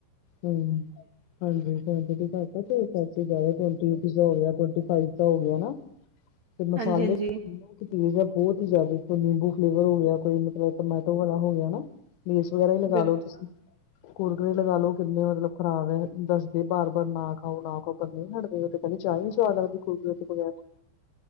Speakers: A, on the left; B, on the right.
A: ਹਮ ਹਾਂਜੀ ਕੁਆਂਟਿਟੀ ਘੱਟ ਆ ਤੇ ਪੈਸੇ ਜ਼ਿਆਦਾ ਕੁਆਂਟਿਟੀ ਜ਼ਿਆਦਾ ਤੇ <unintelligible> ਫਾਈਦਾ ਹੋ ਗਿਆ ਨਾ ਤੇ ਮਸਾਲੇ
B: ਹਾਂਜੀ ਹਾਂਜੀ
A: ਬਹੁਤ ਚੀਜ਼ ਆ ਬਹੁਤ ਹੀ ਜ਼ਿਆਦਾ ਕੋਈ ਨਿੰਬੂ ਫਲੇਵਰ ਹੋ ਗਿਆ ਕੋਈ ਮਤਲਬ ਟਮਾਟੋ ਵਾਲਾ ਹੋ ਗਿਆ ਨਾ ਲੇਸ ਵਗੈਰਾ ਹੀ ਲਗਾ
B: ਬਿਲਕੁਲ
A: ਲੋ ਤੁਸੀਂ ਕੁਰਕਰੇ ਲਗਾ ਲੋ ਕਿੰਨੇ ਮਤਲਬ ਖ਼ਰਾਬ ਹੈ ਦੱਸਦੇ ਬਾਰ ਬਾਰ ਨਾ ਖਾਓ ਨਾ ਖਾਓ ਪਰ ਨਹੀਂ ਹਟਦੇ ਇਹ ਕਹਿੰਦੇ ਚਾ <unintelligible>